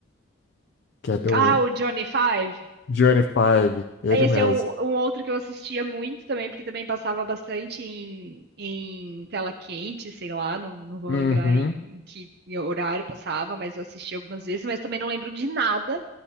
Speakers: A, on the left (about 50°); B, on the right (about 50°).
A: que é do
B: Ah, o Johnny Five.
A: Johnny Five, ele
B: Esse
A: mesmo.
B: é um, um outro que eu assistia muito também, porque também passava bastante em, em tela quente, sei lá, não, não vou
A: Uhum.
B: lembrar em, em que horário passava, mas eu assisti algumas vezes, mas também não lembro de nada.